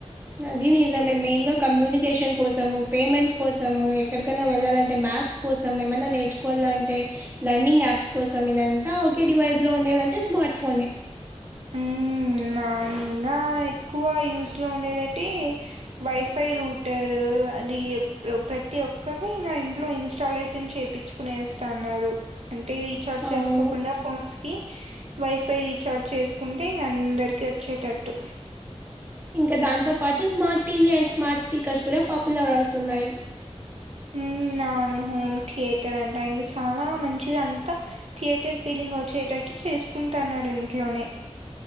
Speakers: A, on the right; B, on the right.
A: అది నిజమే మేన్ గా కమ్యూనికేషన్ కోసము పేమెంట్స్ కోసము ఎక్కడికైనా వెళ్ళాలంటే మ్యాప్స్ కోసం ఏమన్నా నేర్చుకోవాలంటే లర్నింగ్ యాప్స్ కోసం ఇదంతా ఒకే డివైస్ లో ఉండేదంటే స్మార్ట్ ఫోనే
B: ఊమ్ నానింగ ఎక్కువ యూస్ లో ఉండేదైతే వైఫై రూటర్ అది ఇ ప్రతి ఒక్కర ఇంకా ఇంట్లో ఇన్స్టాలేషన్ చేపిచ్చు కునేస్తన్నారు అంటేది రిచార్జ్
A: అవును.
B: చేసుకోకుండా ఫోన్స్ కి వైఫై రీచార్జ్ చేసు కుంటే ఇంగ అందరికీ వచ్చేటట్టు
A: ఇంకా దాంతో పాటు smart TV and smart speakers కూడా పాపులర్ అవుతున్నాయి
B: ఉమ్ అవును హోమ్ థియేటర్ అంట ఇవి చాలా మంచిదంతా థియేటర్ ఫీలింగ్ వచ్చేటట్టు చేసుకుంటన్నారు ఇంట్లోనే